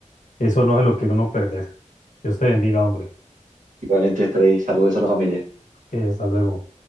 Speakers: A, on the left; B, on the right.
A: eso no se lo quiere uno perder. Dios te bendiga, hombre.
B: Igualmente, Freddy, saludos a la familia.
A: Que hasta luego.